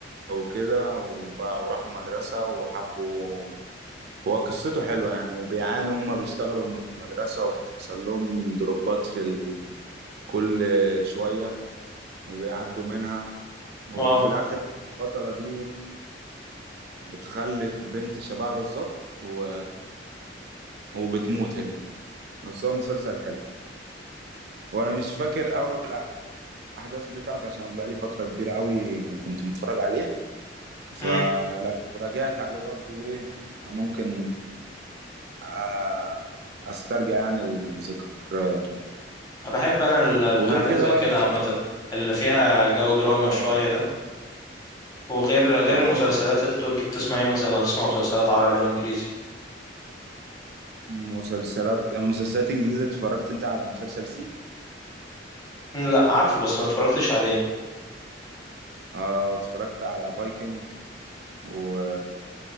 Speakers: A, on the right (about 60°); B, on the left (about 20°).
A: وكده وبقوا راحوا مدرسة وحبوا هو قصته حلوة يعني وبيعانوا هما بيشتغلوا هما في المدرسة وبتحصل لهم دروبات في ال... كل شوية وبيعدوا منها وفي
B: اه
A: الآخر البطلة دي بتخلف بنت شبهها بالظبط و... وبتموت هي بس هو مسلسل حلو وانا مش فاكر اول الاحداث بتاعته عشان بقى لي فتره كبيره قوي كنت متفرج عليه فلو
B: امم
A: رجعت عليه برضو ايه ممكن آه، استرجع يعني الذكريات يعني.
B: انا بحب انا ال- الحاجات
A: وغير
B: اللي
A: كده
B: زي
A: بقى
B: كده
A: المسلسل
B: عامه اللي فيها جو دراما شويه
A: اه
B: ده وغير غير
A: اه
B: المسلسلات
A: اه
B: التركي بتسمع ايه مثلا هتسمع مسلسلات عربي او انجليزي
A: مسلسلات مسلسلات انجليزي اتفرجت انت على مسلسل سي
B: مم، لا عارفه بس ما اتفرجتش عليه
A: اه واتفرجت على فايكنج و